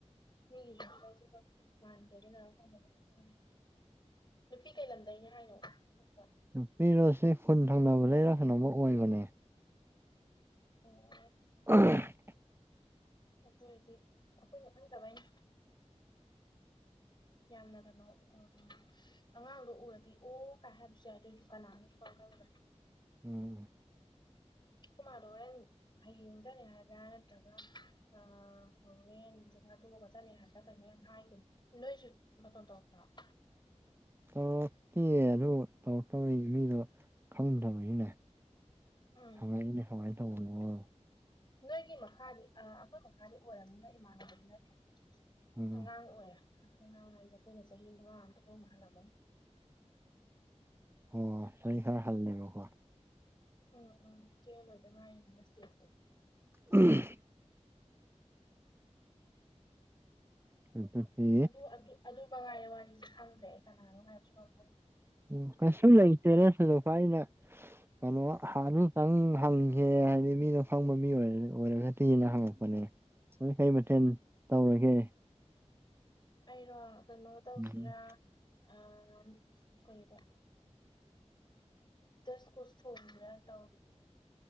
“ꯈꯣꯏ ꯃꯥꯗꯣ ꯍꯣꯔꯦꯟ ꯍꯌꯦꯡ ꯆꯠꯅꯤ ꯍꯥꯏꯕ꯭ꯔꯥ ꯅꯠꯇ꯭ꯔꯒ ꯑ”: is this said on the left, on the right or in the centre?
Left